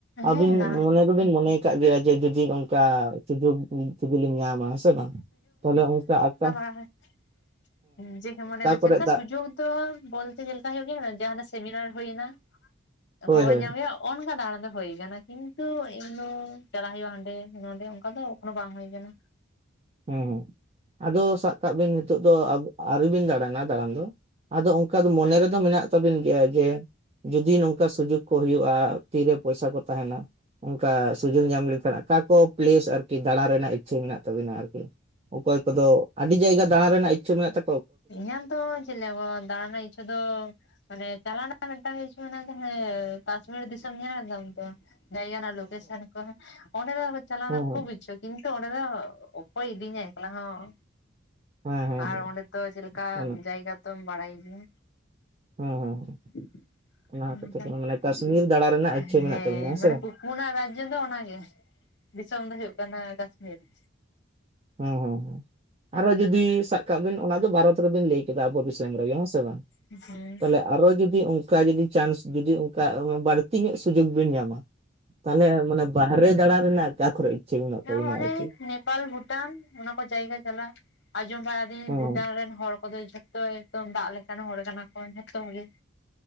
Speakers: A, on the right; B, on the left.
A: ᱟᱹᱵᱤᱱ
B: ᱦᱮᱸ ᱫᱟ
A: ᱢᱚᱱᱮ ᱫᱚᱵᱤᱱ ᱠᱟᱜ ᱜᱮᱭᱟ ᱡᱮ ᱡᱤᱫᱤ ᱚᱱᱠᱟ ᱥᱩᱡᱳᱜ ᱡᱩᱫᱤ ᱞᱤᱧ ᱧᱟᱢᱟ ᱦᱮᱸ ᱥᱮ ᱵᱟᱝ ᱛᱚᱞᱦᱮ ᱚᱝᱠᱟ <inaudible>
B: ᱠᱟᱦᱟᱛ <inaudible> ᱡᱮ ᱢᱚᱱᱮ ᱦᱚᱸ ᱪᱮᱜ
A: ᱠᱚᱨᱮ
B: ᱞᱮᱠᱟ ᱥᱩᱡᱳᱠ
A: ᱫᱟᱜ
B: ᱛᱚ ᱵᱚᱞᱛᱮ ᱪᱮᱞᱠᱟ ᱦᱳᱭᱳᱜ ᱜᱮᱭᱟ ᱡᱟᱦᱱᱟᱜ ᱥᱮᱢᱤᱱᱟᱨ ᱦᱳᱭᱱᱟ
A: ᱦᱳᱭ
B: ᱠᱷᱚᱵᱚᱨ
A: ᱦᱳᱭ
B: ᱧᱟᱢᱭᱚᱜ
A: ᱦᱮᱸ
B: ᱾ ᱚᱱᱠᱟᱱᱟ ᱚᱱᱟ ᱫᱚ ᱦᱩᱭ ᱠᱟᱱᱟ ᱠᱤᱱᱛᱩ ᱮᱢ ᱫᱚ ᱪᱟᱞᱟᱜ ᱦᱩᱭᱩᱜᱼᱟ ᱦᱟᱸᱰᱮ ᱱᱚᱰᱮ ᱚᱱᱠᱟ ᱫᱚ ᱮᱠᱚᱱᱚ ᱵᱟᱝ ᱦᱩᱭ ᱠᱟᱱᱟ ᱾
A: ᱦᱩᱸ ᱦᱩᱸ ᱟᱫᱚ ᱥᱟᱵ ᱠᱟᱜ ᱱᱤᱛᱚᱜ ᱫᱚ ᱟᱵ ᱟᱹᱣᱨᱤ ᱵᱤᱱ ᱫᱟᱬᱟᱱᱟ ᱫᱟᱬᱟᱱ ᱫᱚ ᱾ ᱟᱫᱚ ᱚᱱᱠᱟ ᱫᱚ ᱢᱚᱱᱮ ᱨᱮᱫᱚ ᱢᱮᱱᱟᱜ ᱛᱟᱵᱤᱱ ᱜᱮᱭᱟ ᱡᱮ ᱡᱩᱫᱤ ᱱᱚᱝᱠᱟ ᱥᱩᱡᱳᱠ ᱠᱚ ᱦᱩᱭᱩᱜᱼᱟ ᱛᱤᱨᱮ ᱯᱚᱭᱥᱟ ᱛᱟᱦᱮᱱᱟ ᱾ ᱚᱱᱠᱟ ᱥᱩᱡᱳᱜ ᱧᱟᱢ ᱞᱮᱱᱠᱷᱟᱱ ᱟᱠᱟ ᱠᱚ ᱯᱞᱮᱥ ᱟᱨᱠᱤ ᱫᱟᱬᱟ ᱨᱮᱱᱟᱜ ᱤᱪᱪᱷᱟᱹ ᱢᱮᱱᱟᱜ ᱛᱟᱵᱤᱱᱟ ᱾ ᱠᱤ ᱚᱠᱚᱭ ᱠᱚᱫᱚ ᱟᱹᱰᱤ ᱡᱟᱭᱜᱟ ᱫᱟᱬᱟ ᱨᱮᱱᱟᱜ ᱤᱪᱪᱷᱟᱹ ᱢᱮᱱᱟᱜ ᱛᱟᱠ
B: ᱤᱧᱟᱱ ᱫᱚ ᱪᱮᱜ ᱞᱮᱠᱚ ᱫᱟᱬᱟ ᱨᱮᱱᱟᱜ ᱤᱪᱪᱷᱟᱹ ᱫᱚ ᱢᱟᱱᱮ ᱪᱟᱞᱟᱣᱱᱟ ᱢᱤᱫᱴᱟᱝ ᱜᱮ ᱤᱪᱪᱷᱟᱹ ᱢᱮᱱᱟᱜ ᱫᱚ ᱦᱟᱱᱮ ᱠᱟᱥᱢᱤᱨ ᱫᱤᱥᱚᱢ ᱧᱮᱞ ᱛᱟᱢ ᱛᱚ ᱾ ᱡᱟᱭᱜᱟ ᱱᱟᱜ ᱞᱚᱠᱮᱥᱟᱱ ᱠᱚ ᱦᱮᱸ ᱚᱸᱰᱮ ᱫᱚ ᱪᱟᱞᱟᱱᱟ
A: ᱦᱮᱸ
B: ᱠᱷᱩᱵ ᱤᱪᱷᱟᱩᱠ ᱾ ᱠᱤᱱᱛᱩ ᱚᱸᱰᱮ ᱫᱚ ᱚᱠᱚᱭ ᱤᱫᱤᱧᱟ ᱮᱠᱞᱟ ᱦᱚᱸ
A: ᱦᱮᱸ ᱦᱮᱸ
B: ᱟᱨ
A: ᱦᱮᱸ
B: ᱚᱸᱰᱮ ᱛᱚ ᱪᱮᱜ ᱞᱮᱠᱟ
A: ᱚᱱᱟ
B: ᱡᱟᱭᱜᱟ ᱛᱚᱢ ᱵᱟᱲᱟᱭ ᱜᱮᱭᱟ
A: ᱦᱮᱸ ᱦᱮᱸ ᱦᱮᱸ
B: ᱾
A: ᱚᱱᱟ ᱠᱟᱛᱷᱟ ᱠᱟᱱᱟ ᱢᱟᱱᱮ
B: <inaudible>
A: ᱠᱟᱥᱢᱤᱨ ᱫᱟᱬᱟ ᱨᱮᱱᱟᱜ ᱤᱪᱪᱷᱟᱹ ᱢᱮᱱᱟᱜ
B: ᱦᱮᱸ
A: ᱛᱟᱵᱤᱱᱟ
B: ᱢᱟᱱᱮ
A: ᱥᱮ ᱵᱟᱝ
B: ᱯᱩᱱᱟ ᱨᱟᱡᱽᱡᱚ ᱫᱚ ᱚᱱᱟᱜᱮ ᱫᱤᱥᱚᱢ ᱫᱚ ᱦᱩᱭᱩᱜ ᱠᱟᱱᱟ ᱠᱟᱥᱢᱤᱨ ᱾
A: ᱦᱩᱸ ᱦᱩᱸ ᱦᱩᱸ ᱟᱨᱚ ᱡᱩᱫᱤ ᱥᱟᱠ ᱠᱟᱜ ᱵᱤᱱ ᱚᱱᱟ ᱫᱚ ᱵᱷᱟᱨᱚᱛ ᱨᱮᱵᱤᱱ ᱞᱮᱭ ᱠᱮᱫᱟ ᱟᱵᱚ ᱵᱤᱥᱚᱢ ᱨᱮᱜᱮ ᱦᱮᱸ ᱥᱮ ᱵᱟᱝ
B: ᱦᱩᱸ
A: ᱛᱟᱞᱮᱜ ᱟᱨᱚ ᱡᱩᱫᱤ ᱩᱝᱠᱟ ᱡᱩᱫᱤ ᱪᱟᱱᱥ ᱡᱩᱫᱤ ᱩᱝᱠᱟ ᱵᱟᱹᱲᱛᱤ ᱧᱚᱜ ᱥᱩᱡᱳᱜ ᱵᱮᱤᱱ ᱧᱟᱢᱟ ᱾ ᱛᱟᱦᱚᱞᱮ ᱢᱟᱱᱮ ᱵᱟᱦᱨᱮ ᱫᱟᱬᱟᱱ ᱨᱮᱱᱟᱜ <unintelligible>
B: ᱦᱮᱸ
A: ᱛᱟᱵᱤᱱᱟ
B: ᱚᱱᱮ
A: ᱟᱨᱠᱤ
B: ᱱᱮᱯᱟᱞ, ᱵᱷᱩᱴᱟᱱ ᱚᱱᱟ ᱠᱚ ᱡᱟᱭᱜᱟ ᱪᱟᱞᱟᱜ᱾ ᱟᱸᱡᱚᱢ ᱵᱟᱲᱟ ᱫᱤᱧ
A: ᱦᱮᱸ
B: ᱵᱷᱩᱴᱟᱱ ᱨᱮᱱ ᱦᱚᱲ ᱠᱚᱫᱚ ᱡᱷᱚᱛᱚ ᱮᱠᱫᱚᱢ ᱫᱟᱜ ᱞᱮᱠᱟᱱ ᱦᱚᱲ ᱠᱟᱱᱟ ᱠᱚ ᱡᱷᱚᱛᱚ ᱜᱮ᱾